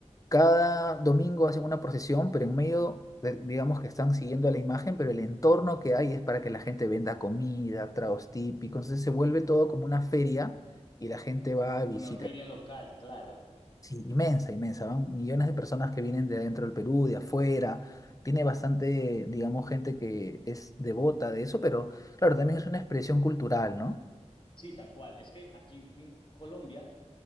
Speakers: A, on the left; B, on the left.
A: cada domingo hacen una procesión, pero en medio, de- digamos que están siguiendo a la imagen, pero el entorno que hay es para que la gente venda comida, tragos típicos. Entonces se vuelve todo como una feria y la gente va a visita.
B: una feria local, claro.
A: Sí, inmensa, inmensa. Van millones de personas que vienen de adentro del Perú, de afuera. Tiene bastante, digamos, gente que es devota de eso, pero claro,
B: Sí,
A: también es una expresión cultural, ¿no?
B: Sí, tal cual. Es que aquí en en Colombia